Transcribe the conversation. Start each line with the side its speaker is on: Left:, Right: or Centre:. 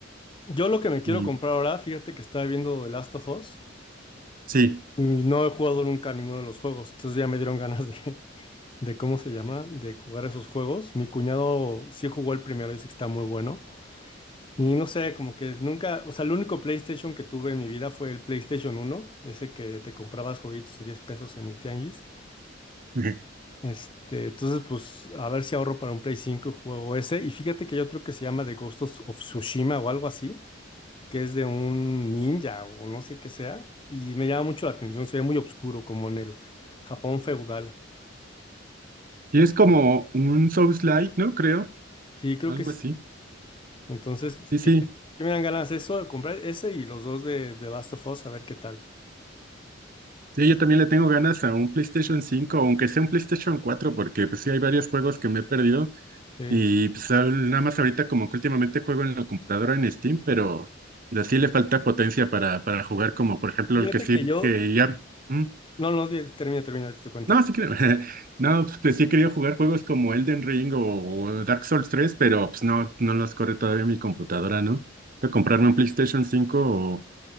Left: Yo lo que me quiero
Right: Y
Left: comprar ahora, fíjate que estaba viendo The Last of Us
Right: sí.
Left: y no he jugado nunca ninguno de los juegos, entonces ya me dieron ganas de, de cómo se llama, de jugar esos juegos. Mi cuñado sí jugó el primero, dice que está muy bueno. Y no sé, como que nunca, o sea, el único PlayStation que tuve en mi vida fue el PlayStation uno ese que te comprabas jueguitos de 10 pesos en el Tianguis.
Right: <laughs>
Left: Este, entonces, pues, a ver si ahorro para un Play 5 y juego ese. Y fíjate que hay otro que se llama The Ghost of of Tsushima o algo así, que es de un ninja o no sé qué sea. Y me llama mucho la atención, se ve muy oscuro, como en el Japón feudal.
Right: Y es como un Souls-like, ¿no? Creo.
Left: Sí, creo
Right: Algo
Left: que sí
Right: así.
Left: Entonces,
Right: Sí,
Left: fíjate
Right: sí.
Left: me dan ganas de eso, de comprar ese y los dos de The Last of Us, a ver qué tal.
Right: Sí, yo también le tengo ganas a un PlayStation 5, aunque sea un PlayStation 4, porque pues sí hay varios juegos que me he perdido.
Left: Sí.
Right: Y pues al- nada más ahorita como que últimamente juego en la computadora en Steam, pero, pero sí le falta potencia para, para jugar como por ejemplo
Left: Fíjate
Right: el que sí,
Left: que yo.
Right: que ya... mm,
Left: No, no, di- termina, termina, ahorita te cuento.
Right: No, sí creo. <laughs> No, pues, pues, sí he querido jugar juegos como Elden Ring o, o Dark Souls tres pero pues no, no los corre todavía mi computadora, ¿no? Tengo que comprarme un PlayStation 5 o,